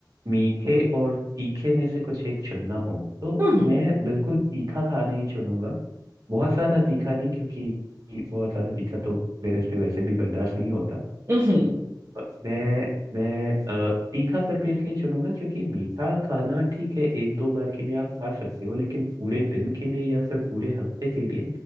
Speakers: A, on the right; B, on the right.
A: मीठे और तीखे में से कुछ एक चुनना हो तो
B: हम्म
A: मैं बिल्कुल तीखा खाना ही चुनूंगा बहुत ज्यादा तीखा नहीं क्योंकि बहुत ज्यादा तीखा तो मेरे से वैसे भी बर्दाश्त नहीं होता
B: हम्म हम्म।
A: पर मैं मैं अ, तीखा सिर्फ इसलिए चुनूंगा क्योंकि मीठा खाना ठीक है एक दो बार के लिए आप खा सकते हो लेकिन पूरे दिन के लिए या फिर पूरे हफ्ते के लिए